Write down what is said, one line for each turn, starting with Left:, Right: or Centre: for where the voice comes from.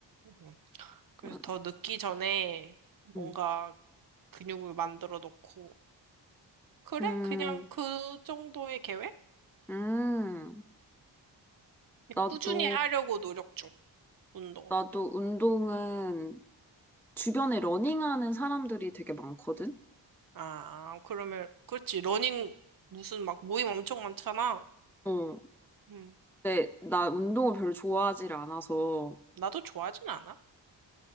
Right: 음. 그래서
Centre: 응.
Right: 더 늦기 전에 뭔가
Centre: 응.
Right: 근육을 만들어 놓고. 그래?
Centre: 음,
Right: 그냥 그 정도의 계획?
Centre: 음, 나도,
Right: 꾸준히 하려고 노력 중, 운동.
Centre: 나도 운동은 주변에 러닝하는 사람들이 되게 많거든?
Right: 아, 그러면, 그렇지. 러닝 무슨 막 모임 엄청 많잖아.
Centre: 어,
Right: 음,
Centre: 근데 나 운동을 별로 좋아하지를 않아서.
Right: 나도 좋아하진 않아.